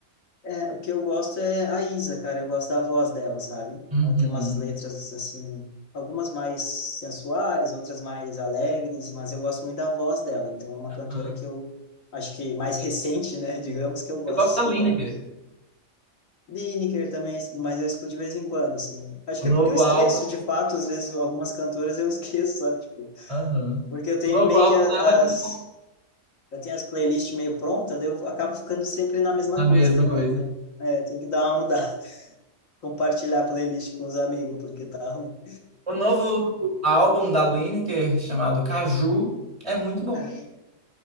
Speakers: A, on the left (about 70°); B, on the right (about 20°).
A: é, o que eu gosto é a Isa, cara, eu gosto da voz dela, sabe?
B: Uhum.
A: Ela tem umas letras, assim, algumas mais sensuais, outras mais alegres, mas eu gosto muito da voz dela, então é uma cantora
B: aham.
A: que eu acho que mais recente, né, <laughs> digamos, que eu gosto
B: Eu gosto
A: de escutar.
B: da Lineker.
A: Lineker também, mas eu escuto de vez em quando, assim. Acho que
B: O novo
A: é porque eu esqueço,
B: álbum.
A: de fato, às vezes algumas cantoras eu <laughs> esqueço, sabe? Tipo,
B: Aham.
A: Porque eu tenho
B: O novo
A: meio
B: álbum
A: que a-
B: dela é muito
A: as,
B: bom.
A: eu tenho as playlists meio prontas, daí eu acabo ficando sempre na mesma
B: A mesma
A: coisa também,
B: coisa.
A: né? É, tem que dar uma mudada, <laughs> compartilhar a playlist com os amigos, porque tá ruim.
B: O novo álbum da Lineker, chamado Caju, é muito bom.
A: Aham.